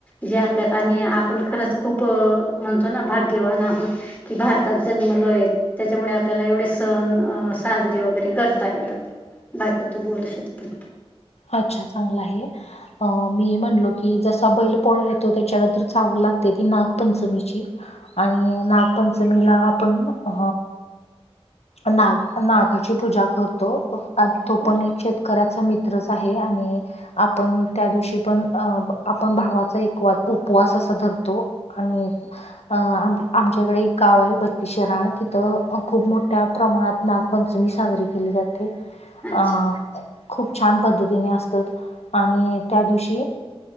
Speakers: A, on the left (about 15°); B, on the left (about 85°).
A: जे आपल्यात आणि आपण खरंच खूप म्हणतो ना भाग्यवान आहोत कि भारतात जन्मलोय त्याच्यामुळे आपल्याला एवढे सण अ साजरे वगैरे करता येतात. बाकी तू बोलू शकते.
B: अच्छा चांगल आहे. अं मी म्हणलो की जसा बैल पोळा येतो त्याच्यानंतर चाहूल लागते ती नागपंचमीची. आणि नागपंचमीला आपण अ नाग नागाची पूजा करतो. तो
A: हो
B: पण एक शेतकऱ्याचा मित्र तित्रच आहे आणि आपण त्या दिवशी पण अ आपण भावाचा एक उपवास असा धरतो. आणि अ आमच्याकडे एक गाव आहे बत्तीस शिराळा तिथं खूप मोठ्या प्रमाणात नागपंचमी साजरी केली जाते.
A: अच्छा.
B: अ खूप छान पद्धतीने असतात आणि त्या दिवशी